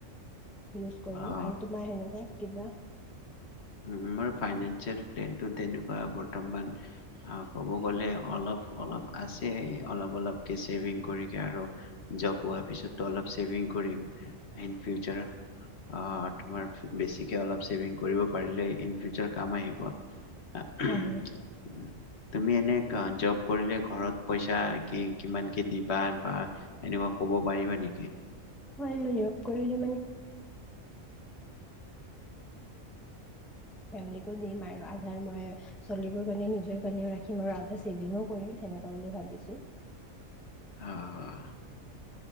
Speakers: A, in the centre; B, on the left.
A: ইউজ কৰিম
B: অ',
A: আৰু তোমাৰ সেনেকুৱা কিবা
B: হম, ফাইনেঞ্চিয়েল প্লেনিং তেনেকুৱা বৰ্তমান ক'ব গলে অলপ, অলপ আছে, অলপ, অলপকে ফাইনেঞ্চিয়েল কৰিকে আৰু জ'ব পোৱা পিছতটো অলপ ফাইনেঞ্চিয়েল কৰিম ইন ফিউচা অ', তোমাৰ বেছিকে অলপ ছেভিং কৰিব পাৰিলে ইন ফিউচৰ কাম আহ কোৱা।
A: হয়
B: <inaudible> তুমি এনে ক জ'ব কৰিলে ঘৰত পইচা কি কিমান কে দিবা বা এনেকুৱা কে ক'ব পাৰিব নিকি?
A: হয় মই জ'ব কৰিলে ফেমলিকো দিম, আৰু আধাৰ মই চলিব কাৰণে নিজৰ কাৰণেও ৰাখিম আৰু আধা ছেভিংছ কৰিম সেনেকুৱা বুলি ভাবিছোঁ।
B: অ'।